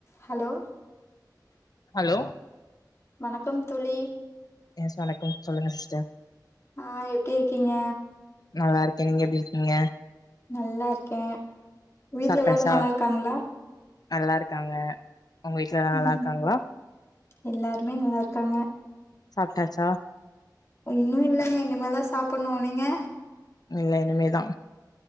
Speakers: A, on the left; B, on the left.
A: Hello
B: hello
A: வணக்கம் தோழி
B: yes வணக்க சொல்லுங்க சிஸ்டர்
A: ஆ எப்டி இருக்கீங்க
B: நல்லா இருக்கே நீங்க எப்டி இருக்கீங்க
A: நல்லா இருக்கே வீட்ல
B: சாப்ட்டாச்சா
A: எல்லாரு நல்லா இருக்காங்களா
B: நல்லா இருக்காங்க வொங்க வீட்ல எல்லா
A: ம்
B: நல்லா இருக்காங்களா
A: எல்லாருமே நல்லா இருக்காங்க
B: சாப்டாச்சா
A: இன்னு இல்லங்க இனி மேலதா சாப்பணு நீங்க
B: இல்ல இனிமேதா